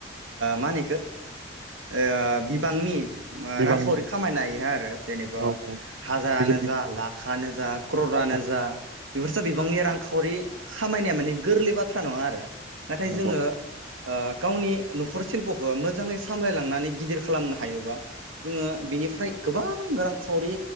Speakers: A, on the right; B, on the right.
A: मा होनो बेखो ओ गिदिर बिबांनि ओ
B: बिबांनि
A: रांखावरि खामायनो हो आरो एबा
B: औ औ
A: हारजानो
B: गेजेर
A: जा लाखनो जा ख्ररआनो
B: गेजेर
A: जा बेफोर बिबांनि रांखावरि खामायनाया माने गोरलै बाथ्रा नङा आरो नाथाय
B: नंगौ
A: जोङो ओ गावनि न'खर शिल्प'खौ मोजाङै सामलायलांनानै गिदिर खालामनो हायोबा जोङो बिनिफ्राय गोबां रांखावरि